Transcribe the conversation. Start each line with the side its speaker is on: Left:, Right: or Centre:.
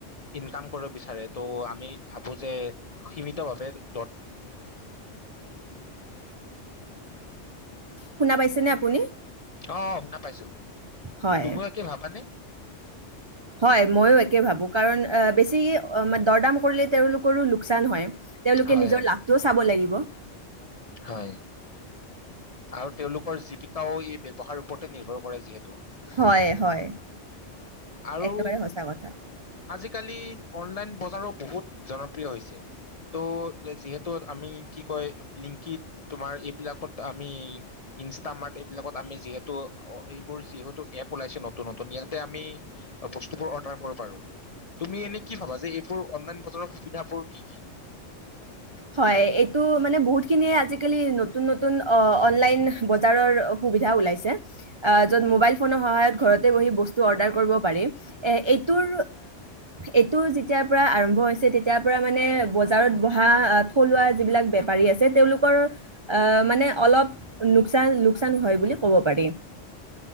Left: ইনকাম কৰিব বিচাৰে ত' আমি ভাবো যে সীমিতভাৱে দৰ
Right: শুনা পাইছেনে আপুনি?
Left: অঁ শুনা পাইছো।
Right: হয়।
Left: তুমিও একে ভাবানে
Right: হয় ময়ো একে ভাবো কাৰণ অ বেছি দৰদাম কৰিলে তেওঁলোকৰো লোকচান হয়। তেওঁলোকে
Left: হয়
Right: নিজৰ
Left: হয়
Right: লাভটোও চাব লাগিব। <inaudible>
Left: হয়। আৰু তেওঁলোকৰ জীৱিকাও এই ব্যৱসায়ৰ ওপৰতে নিৰ্ভৰ কৰে যিহেতু
Right: হয় হয়।
Left: আৰু
Right: একেবাৰে সঁচা কথা।
Left: আজিকালি অনলাইন বজাৰো বহুত জনপ্ৰিয় হৈছে। ত' যিহেতু আমি কি কয় ব্লিঙ্কিত তোমাৰ এইবিলাকত আমি ইনষ্টামাৰ্ট এইবিলাকত আমি যিহেতু এইবোৰ যিহেতু এপ ওলাইছে নতুন নতুন ইয়াতে আমি বস্তুবোৰ অৰ্ডাৰ কৰিব পাৰো। তুমি এনে কি ভাবা যে এইবোৰ অনলাইন বজাৰৰ সুবিধ বোৰ কি? কি?
Right: হয়। এইটো মানে বহুত খিনিয়ে আজিকালি নতুন নতুন অ - অনলাইন বজাৰৰ সুবিধা ওলাইছে, য'ত মোবাইল ফোনৰ সহায়ত ঘৰতে বহি বস্তু অৰ্ডাৰ কৰিব পাৰি। এ - এইটোৰ এইটো যেতিয়াৰ পৰা আৰম্ভ হৈছে তেতিয়াৰ পৰা মানে বজাৰত বহা আ - থলুৱা যিবিলাক বেপাৰী আছে তেওঁলোকৰ আ - মানে অলপ নুকচান - লোকচান হয় বুলি ক'ব পাৰি।